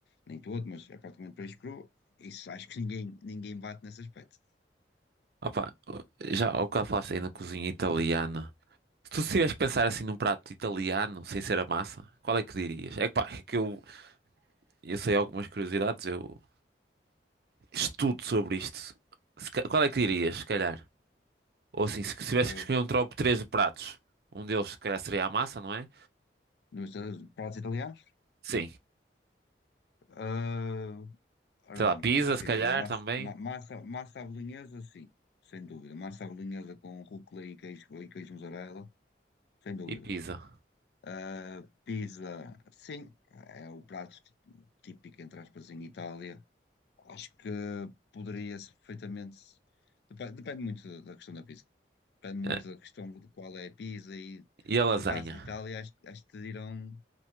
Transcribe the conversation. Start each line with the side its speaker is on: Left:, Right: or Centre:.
Left: nem todo, mas é praticamente peixe cru. Isso acho que ninguém, ninguém bate nesse aspecto.
Right: Opa, já ao bocado falaste aí na cozinha italiana. Se tu tivesse que pensar assim num prato italiano, sem ser a massa, qual é que dirias? É que pá, é que eu, eu sei algumas curiosidades, eu estudo sobre isto. Se ca- Qual é que dirias, se calhar? Ou assim, se tivesse
Left: Ah,
Right: que escolher um top 3 de pratos, um deles se calhar seria a massa, não é?
Left: nos eh, pratos italianos,
Right: Sim.
Left: ah, ora
Right: Sei lá,
Left: bem,
Right: pizza,
Left: sim,
Right: se calhar
Left: massa,
Right: também.
Left: ma- massa, massa à bolonhesa, sim, sem dúvida. Massa à bolonhesa com rúcula e queijo, e queijo mussarela, sem dúvida.
Right: E pizza.
Left: Uh, pizza, sim, é o prato tí- típico, entre aspas, em Itália. Acho que poderia-se perfeitamente. Depende, depende muito da da questão da pizza. Depende
Right: Eh,
Left: muito da questão de qual é a pizza e,
Right: E a lasanha.
Left: no caso de Itália, acho, acho que te dirão